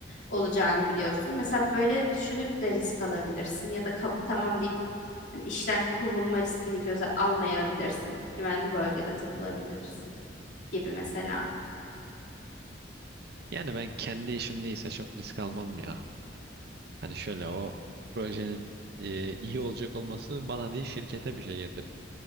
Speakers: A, on the left; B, on the right.
A: olacağını biliyorsun. Mesela böyle düşünüp de risk alabilirsin ya da kabul tamam deyip hani işten kovulma riskini göze almayabilirsin. Güvenli bölgede takılabilirsin gibi mesela.
B: Yani ben kendi işimdeyse çok risk almam ya. Hani şöyle o projenin e, iyi olacak olması bana değil şirkete bir şey getirir.